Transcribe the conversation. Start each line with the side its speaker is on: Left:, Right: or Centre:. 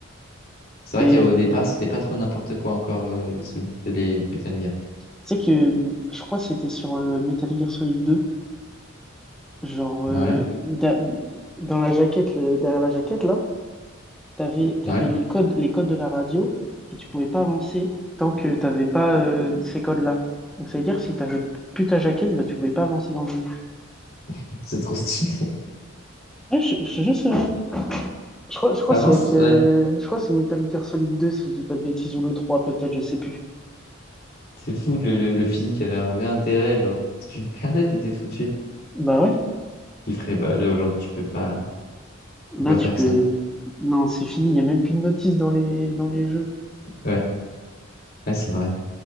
Left: C'est vrai
Centre: Et
Left: qu'au
Centre: tu
Left: départ, c'était pas trop n'importe quoi encore euh, les, Soli- les Metal Gear.
Centre: sais que euh, je crois que c'était sur le Metal Gear Solid deux genre
Left: Ouais,
Centre: euh, da- dans la jaquette, le- derrière la jaquette là, t'avais t'avais
Left: ouais,
Centre: les codes, les codes de la radio et tu pouvais pas avancer tant que t'avais pas euh, ces codes-là. Donc ça veut dire que si t'avais plus ta jaquette, bah tu pouvais pas avancer dans le jeu.
Left: <laughs> c'est trop stylé.
Centre: Ouais, je, je, je sais pas. Je crois,
Left: <laughs>
Centre: je crois
Left: Avant,
Centre: que c'est avec,
Left: c'est
Centre: euh,
Left: ouais,
Centre: je crois que c'est Metal Gear Solid deux si je dis pas de bêtises ou le 3 peut-être, je sais plus.
Left: c'est fou, le, le, le physique avait un vrai intérêt, genre, si tu le perdais, t'étais foutu.
Centre: Bah ouais.
Left: Il ferait, bah là, aujourd'hui, tu peux pas, tu
Centre: Là,
Left: peux pas
Centre: tu
Left: faire
Centre: peux.
Left: ça.
Centre: Non, c'est fini, il n'y a même plus de notice dans les, dans les jeux.
Left: Ouais, ouais, c'est vrai.